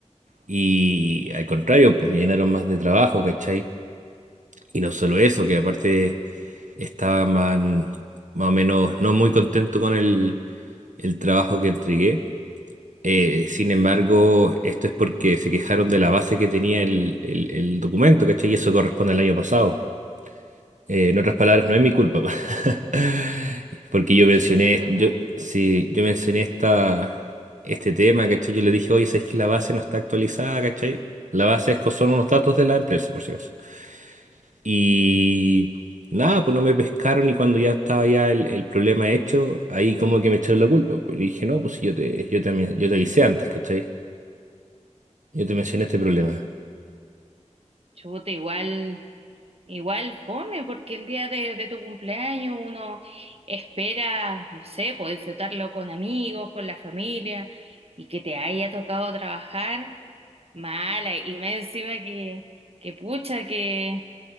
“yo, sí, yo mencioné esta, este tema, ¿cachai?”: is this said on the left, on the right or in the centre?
Right